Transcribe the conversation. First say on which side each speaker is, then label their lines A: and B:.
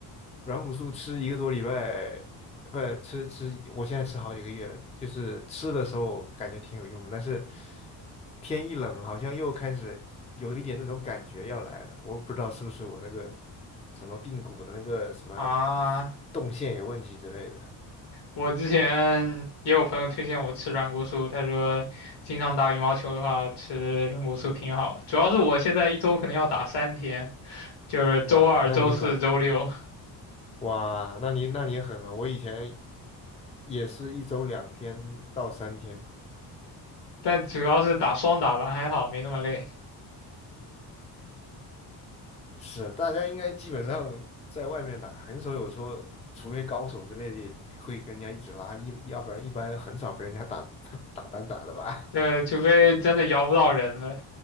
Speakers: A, on the left; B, on the left.
A: 软骨素吃一个多礼拜，不吃吃，我现在吃好几个月了。就是吃的时候感觉挺有用的，但是天一冷，好像又开始有一点那种感觉要来了。我不知道是不是我那个什么髌骨的那个什么
B: 啊，
A: 动线有问题之类的。
B: 我之前也有朋友推荐我吃软骨素，他说经常打羽毛球的话吃软骨素挺好主要是我现在一周可能要打三天，就是周二、
A: 哇，那你狠啊
B: 周四、周六，
A: 哇，那你那你狠啊！我以前也是一周两天到三天。
B: 但主要是打双打吧，还好没那么累。
A: 是，大家应该基本上在外面打，很少有说，除非高手之类的会跟人家一直拉，一要不然一般很少跟人家打 <laughs> 打单打的吧？
B: 对，除非真的摇不到人了，